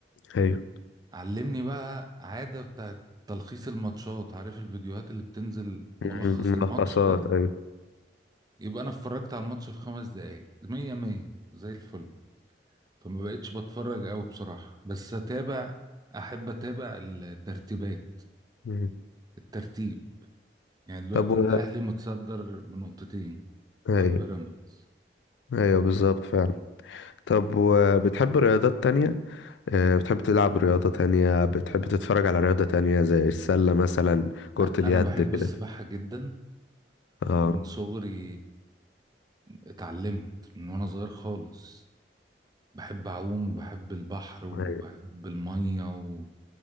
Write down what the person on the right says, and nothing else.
علمني بقى عاده بتاعت تلخيص الماتشات عارف الفيديوهات اللي بتنزل
ملخص
الماتش ده
يبقى انا اتفرجت على الماتش في خمس دقايق مية مية زي الفل فما بقتش بتفرج قوي بصراحة بس اتابع احب اتابع الترتيبات
الترتيب يعني دلوقتي
الاهلي متصدر بنقطتين
عن بيراميدز
أ-
انا بحب
السباحة جدا
ومن صغري اتعلمت من وانا صغير خالص بحب اعوم وبحب البحر وبحب
المية و...